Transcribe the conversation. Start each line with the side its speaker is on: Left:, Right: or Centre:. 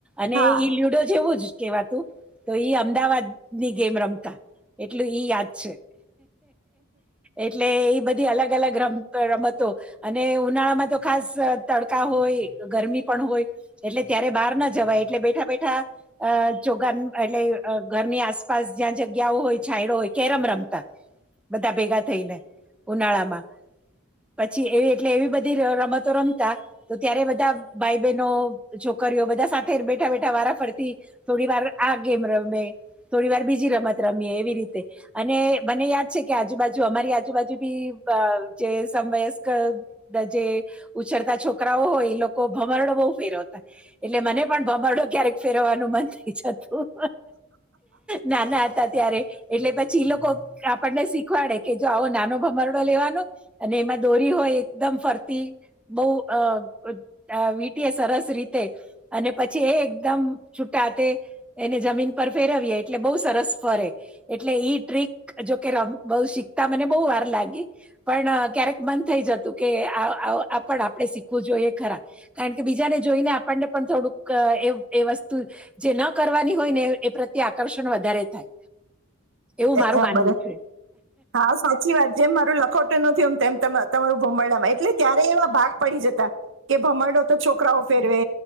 Centre: અને
Right: હા
Centre: ઈ લ્યડો જેવું જ કેવા તું તો ઈ અમદાવાદની ગેમ રમતા. એટલું ઈ યાદ છે. એટલે એઈ બધી અલગ ગલગ રમ અહ રમતો અને ઉનાળામાં તો ખાસ તડકા હોય ગરમી પણ હોય એટલે ત્યારે બહાર ના જવાય એટલે બેઠા બેઠા અહ ચોગાન એટલે ઘરની આસપાસ જ્યાં જગ્યાઓ હોય છાયડો હોય કેરમ રમતા બધા ભેગા થઈને ઉનાળામાં પછી. એવી એટલે એવી બધી રમતો રમતા તો ત્યારે બધા ભાઈ બહેનો છોકરીઓ બધા સાથે બેઠા બેઠા વારાફરતી થોડી વાર આ ગેમ રમે થોડી વાર બીજી રમત રમીએ એવી રીતે અને મને યાદ છે કે આજુબાજુ અમારી આજુબાજુ બી અહ જે સમવયસ્ક દ જે ઉછરતા છોકરાઓ હોય એ લોકો ભમરડો બહુ ફેરવતા એટલે મને પણ ભમરડો ક્યારેક ફેરવવાનું મન થઈ જતું. નાના હતા ત્યારે. એટલે પછી લોકો આપણને શીખવાડે કે જો આવો નાનો ભમરડો લેવાનો અને એમાં દોરી હોય એકદમ ફરતી બહુ અહ અહ વીટીએ સરસ રીતે અને પછી એ એકદમ છૂટાતે એને જમીન પર ફેરવીએ એટલે બહુ સરસ ફરે. એટલે ઈ ટ્રીક જોકે રમ બ શીખતા મને બહુ વાર લાગી પણ ક્યારેક મન થઈ જતું કે આપ આપ આપણે શીખવું જોઈએ ખરા કારણ કે બીજાને જોઈને આપણને પણ થોડુંક એ એ વસ્તુ જે ના કરવાની હોય ને એ પ્રત્યે આકર્ષણ વધારે થાય. એવું
Right: એ
Centre: મારું માનવું
Right: અમારે
Centre: છે
Right: હા સાચી વાત જેમ મારું લખોટું નયમ તેમ તમારું ભમરડામાં એટલે ત્યારે એવા ભાગ પડી જતા, કે ભમરડો તો છોકરાઓ ફેરવે.